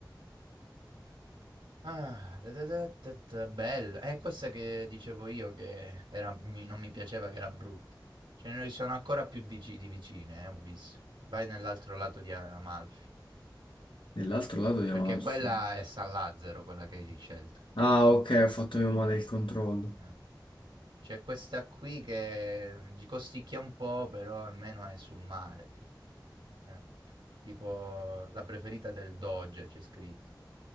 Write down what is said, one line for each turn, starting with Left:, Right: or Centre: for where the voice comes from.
Right: Ah, da da da da da, bella. È questa che dicevo io che era- mi- non mi piaceva che era brutta. Ce ne sono ancora più vici- di vicine, eh, ho visto. Vai nell'altro lato di Amalfi.
Left: Nell'altro lato di
Right: Perché
Left: Amalfi.
Right: quella è San Lazzaro, quella che hai scelto.
Left: Ah, ok, ho fatto io male il controllo.
Right: Eh. C'è questa qui che mm, ci costicchia un po', però almeno è sul mare. Eh, Tipo la preferita del Doge, c'è scritto.